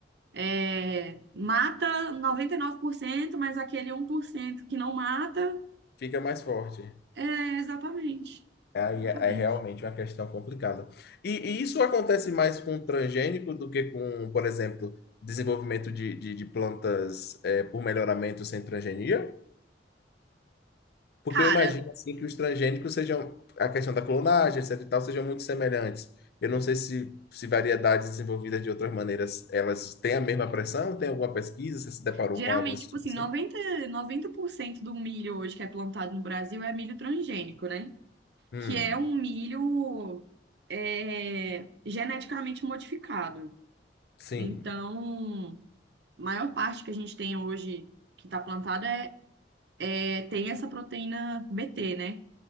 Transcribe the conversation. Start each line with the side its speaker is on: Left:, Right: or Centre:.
Right: é... mata 99%, mas aquele um por cento que não mata.
Left: Fica mais forte.
Right: É, exatamente.
Left: Aí
Right: Exatamente.
Left: é, é realmente uma questão complicada. E, e isso acontece mais com transgênico do que com, por exemplo, desenvolvimento de, de, de plantas é, por melhoramento sem transgenia? Porque
Right: Cara,
Left: eu imagino assim que os transgênicos sejam, a questão da clonagem, etc e tal, sejam muito semelhantes. Eu não sei se, se variedades desenvolvidas de outras maneiras, elas têm a mesma pressão? Tem alguma pesquisa? Você se deparou
Right: geralmente,
Left: com algo desse
Right: tipo
Left: tipo
Right: assim,
Left: assim?
Right: noventa noventa por cento do milho hoje que é plantado no Brasil é milho transgênico, né?
Left: Hum.
Right: Que é um milho é, geneticamente modificado.
Left: Sim.
Right: Então, a maior parte que a gente tem hoje que está plantada é, é- tem essa proteína BT, né?